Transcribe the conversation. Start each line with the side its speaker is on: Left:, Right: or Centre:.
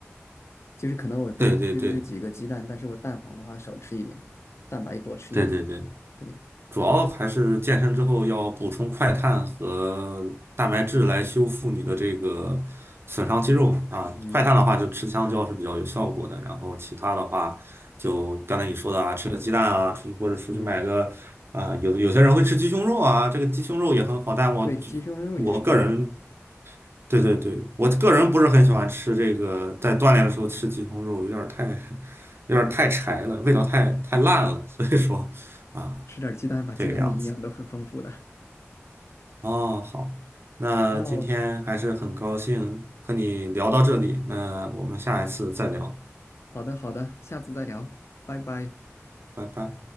Left: 就是可能我会吃几个鸡蛋，
Right: 对对对
Left: 但是我蛋黄的话少吃一点，蛋白多吃一点。
Right: 对对对，
Left: 对，
Right: 主要还是健身之后要补充快碳和蛋白质来修复你的这个损伤肌肉嘛啊。
Left: 嗯
Right: 快碳的话，就吃香蕉是比较有效果的，然后其他的话，就刚才你说的啊，吃个鸡蛋啊，出去或者出去买个啊，
Left: 嗯，
Right: 有有些人会吃鸡胸肉啊，这个鸡胸肉也很好，但我只我个人，
Left: 对，鸡胸肉也是高蛋白，
Right: 对对对，我个人不是很喜欢吃这个，在锻炼的时候吃鸡胸肉有点儿太 <laughs> 有点儿太柴了，味道太太烂了，所以说啊，
Left: 吃点鸡蛋吧，
Right: 这个样子。
Left: 鸡蛋的营养都很丰富的。<laughs>
Right: 哦，好，那今天还是很高兴和你聊到这里，
Left: 然后，
Right: 那我们下一次再聊，
Left: 好的好的，下次再聊，拜拜。
Right: 拜拜。